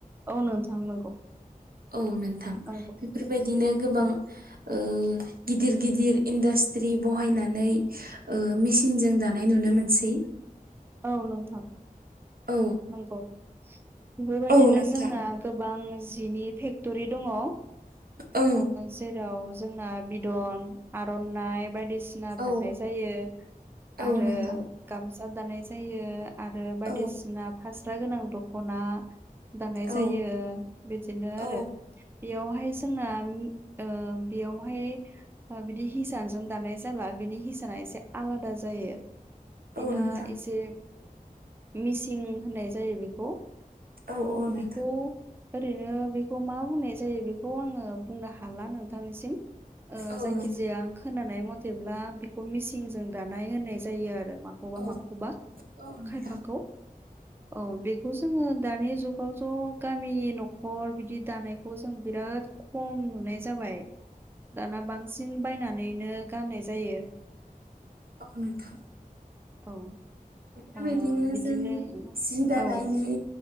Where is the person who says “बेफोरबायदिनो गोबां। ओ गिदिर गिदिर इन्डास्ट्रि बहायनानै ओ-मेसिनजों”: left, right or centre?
Right